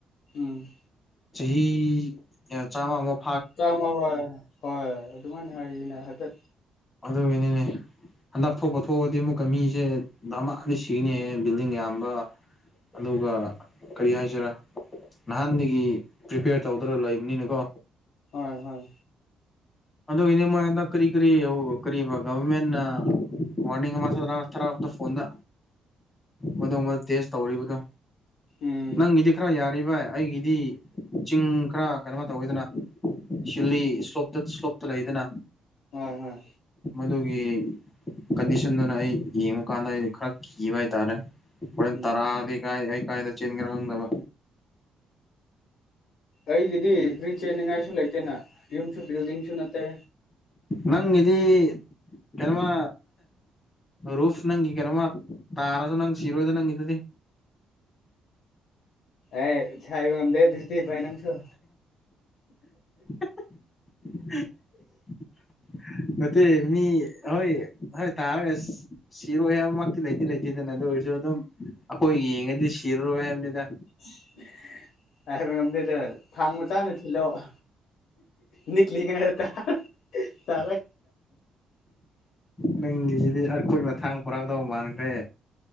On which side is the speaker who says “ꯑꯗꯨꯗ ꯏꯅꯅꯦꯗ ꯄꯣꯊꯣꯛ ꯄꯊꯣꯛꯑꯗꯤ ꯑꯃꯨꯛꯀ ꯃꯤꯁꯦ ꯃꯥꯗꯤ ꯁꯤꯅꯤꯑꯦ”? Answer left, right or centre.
Left